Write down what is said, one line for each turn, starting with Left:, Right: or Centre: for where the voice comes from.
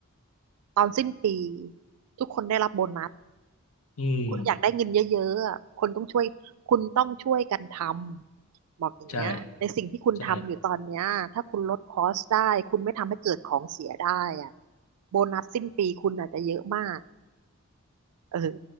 Right: ตอนสิ้นปีทุกคนได้รับโบนัส
Left: อืม
Right: คุณอยากได้เงินเยอะๆอะคนต้องช่วยคุณต้องช่วยกันทำบอกอย่างเงี้ยในสิ่งที่คุณทำอยู่ตอนเนี้ยถ้าคุณลดคอสได้คุณไม่ทำให้เกิดของเสียได้อะ
Left: ใช่ใช่
Right: โบนัสสิ้นปีคุณอาจจะเยอะมากเออ